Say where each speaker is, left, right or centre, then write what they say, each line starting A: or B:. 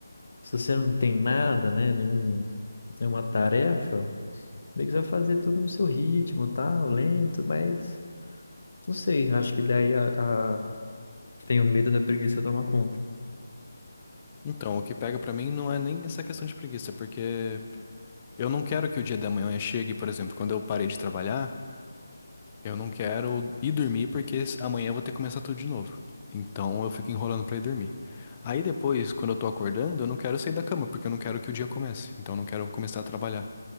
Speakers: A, on the left; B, on the left.
A: se você não tem nada, né, nenhum, nenhuma tarefa, meio que você vai fazer tudo no seu ritmo, tal, lento, mas não sei, acho que daí a, a... tenho medo da preguiça tomar conta.
B: Então, o que pega pra mim não é nem essa questão de preguiça, porque eu não quero que o dia da manhã chegue, por exemplo, quando eu parei de trabalhar, eu não quero ir dormir porque se- amanhã eu vou ter que começar tudo de novo. Então eu fico enrolando pra ir dormir. Aí depois, quando eu tô acordando, eu não quero sair da cama, porque eu não quero que o dia comece. Então eu não quero começar a trabalhar.